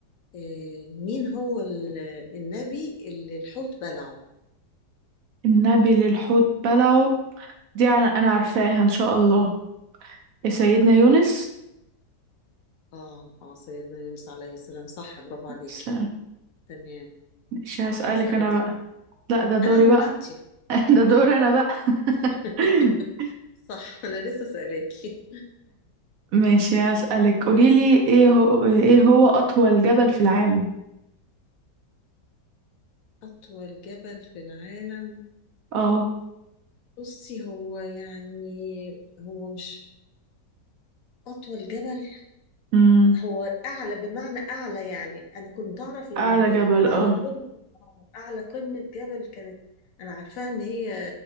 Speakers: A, on the left; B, on the right.
A: آه مين هو ال- النبي اللي الحوت بلعه
B: النبي للحوت بلعه دي أنا أنا عارفاها إن شاء الله سيدنا يونس
A: اه اه سيدنا يونس عليه السلام صح برافو عليكي
B: س-
A: تمام
B: ماشي هسألك
A: هسألك
B: أنا بقى
A: أنا
B: لا ده دوري
A: أنا ولا
B: بقى
A: أنتي؟
B: <laughs> ده دوري أنا بقى
A: <laughs>
B: <laughs>
A: صح أنا لسه سألاكي
B: ماشي هسألك قوليلي إيه هو إيه هو أطول جبل في العالم
A: أطول جبل في العالم
B: اه
A: بصي هو يعني هو مش أطول جبل
B: أمم،
A: هو أعلى بمعنى أعلى يعني أنا كنت أعرف إن
B: أعلى جبل
A: أعلى
B: اه
A: قمة آه، أعلى قمة جبل كانت أنا عارفاها إن هي